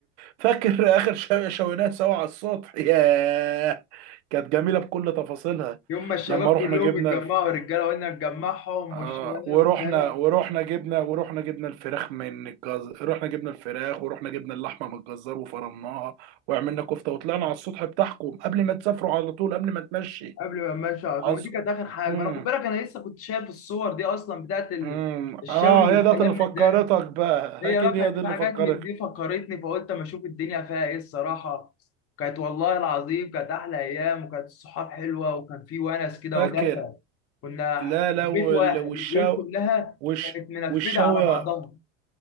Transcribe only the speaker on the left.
يوم ما الشباب
كلهم
اتجمعوا الرجالة وقلنا نجمعهم
والشباب
فاهم
قبل ما الماتش على
طول ما دي كانت آخر حاجة
ما أنا خد بالك أنا لسه كنت شايف الصور دي أصلا بتاعت ال-
الشوي
والكلام
من
ده
هي
بقى كانت
في
حاجات
من دي فكرتني فقلت اما اشوف الدنيا فيها ايه الصراحه كانت والله العظيم كانت احلى ايام وكانت الصحاب حلوه وكان في ونس كده
ودفى كنا
في بيت
واحد
البيوت كلها
كانت منفذه
على بعضها